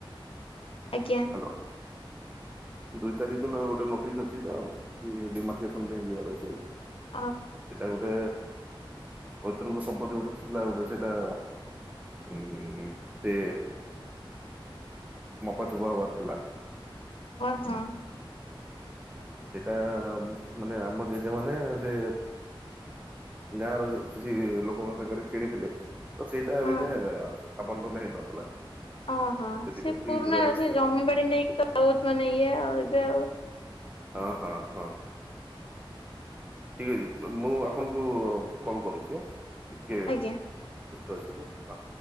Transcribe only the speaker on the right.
ଲୋ। ଦୁଇ ତାରିଖ ଦିନ ଗୋଟେ ନୋଟିସ ଅଛି ତ ଡିମାର୍କସନ ପାଇଁ ଯିବାର ଅଛି।
ସେଟା ଗୋଟେ ପୈତୃକ ସମ୍ପତ୍ତି ଗୋଟେ ଥିଲା ଗୋଟେ ସେଟା ଏ ଏମ୍ ତି ମପାଚୁପ ହବାର ଥିଲା।
ସେଇଟା ମାନେ ଆମ ଜେଜେ ମାନେ ସେ ଗାଁ ର କିଛି ଲୋକଙ୍କ ସାଙ୍ଗରେ କିଣିଥିଲେ ତ ସେଇଟା
ଏବେ ଯେ ଆବଣ୍ଟନ ହେଇନଥିଲା।
ସେଥିପାଇଁ
ଟିକେ
ଯିବାର
ଅଛି
ଆଉ
ହଁ ହଁ ହଁ। ଠିକ୍ ଅଛି ମୁଁ ଆପଣଙ୍କୁ କଲ୍ କରୁଛି ଟିକେ
ବ୍ୟସ୍ତ ଅଛି ତ ହଁ।